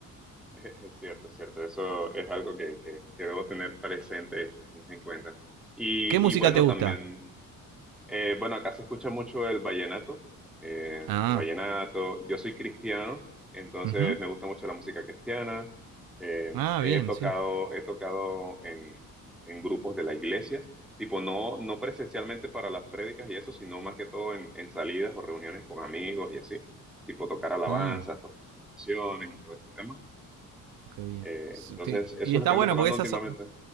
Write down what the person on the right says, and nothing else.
¿Qué música
te gusta?
Ah,
ujú.
ah
bien,
sí.
Ah,
qué bien.
Sí,
Y
está
bueno
porque esas,